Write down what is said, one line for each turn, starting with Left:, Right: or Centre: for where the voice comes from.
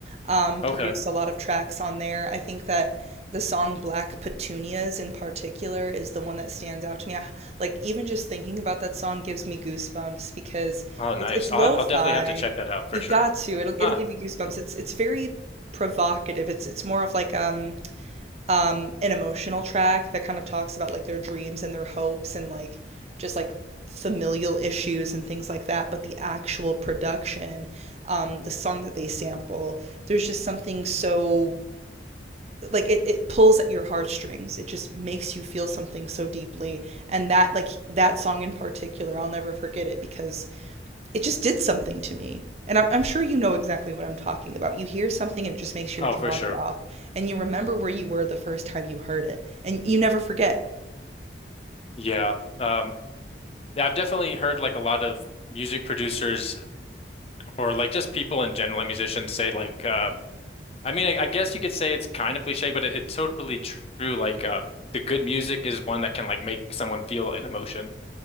Right: Um,
Left: okay.
Right: produced a lot of tracks on there. I think that the song Black Petunias in particular is the one that stands out to me. I, like even just thinking about that song gives me goosebumps because
Left: Oh, nice.
Right: it's it's lo-fi.
Left: I'll have, I'll definitely have to check that out for
Right: You've
Left: sure.
Right: got
Left: <laughs>
Right: to. It'll it'll give you goosebumps. It's it's very provocative. It's it's more of like um an emotional track that kind of talks about like their dreams and their hopes and like just like familial issues and things like that but the actual production um the song that they sample there's just something so like it, it pulls at your heartstrings it just makes you feel something so deeply and that like that song in particular i'll never forget it because it just did something to me. And I'm, I'm sure you know exactly what I'm talking about. You hear something and it just makes your
Left: Oh,
Right: jaw
Left: for sure.
Right: drop, and you remember where you were the first time you heard it, and you never forget.
Left: Yeah. Um, Yeah, I've definitely heard like a lot of music producers or like just people in general, like musicians say like uh I mean I, I guess you could say it's kind of cliche, but it, it's totally true. Like uh, the good music is one that can like make someone feel an emotion